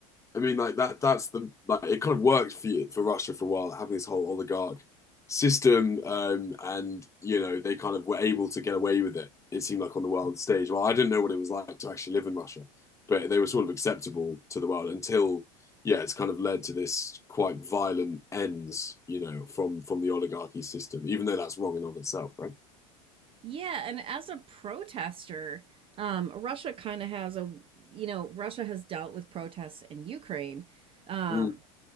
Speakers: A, on the left (about 15°); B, on the right (about 30°).
A: I mean, like that, that's the, like, it kind of worked for you, for Russia for a while, like, having this whole oligarch system. Um, and, you know, they kind of were able to get away with it, it seemed like on the world stage. Well, I didn't know what it was like to actually live in Russia, but they were sort of acceptable to the world until, yeah, it's kind of led to this quite violent ends, you know, from from the oligarchy system, even though that's wrong in and of itself, right?
B: Yeah, and as a protester, um, Russia kind of has a, you know, Russia has dealt with protests in Ukraine. Um,
A: Mm,